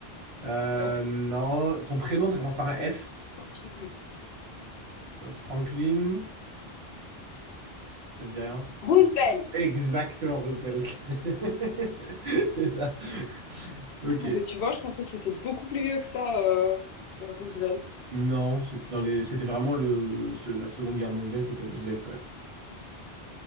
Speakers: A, on the right; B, on the left.
A: Euh,
B: Non plus.
A: non. Son prénom, ça commence
B: Ah,
A: par
B: j'en
A: un
B: ai
A: F.
B: aucune idée.
A: Franklin, ça te dit rien?
B: Roosevelt.
A: Exactement, Roosevelt. <laughs> C'est ça. Ok.
B: Ah, mais tu vois, je pensais que c'était beaucoup plus vieux que ça, euh, euh, Roosevelt.
A: Non, c'était dans les... c'était vraiment le... ce- la Seconde Guerre mondiale, c'était Roosevelt. ouais.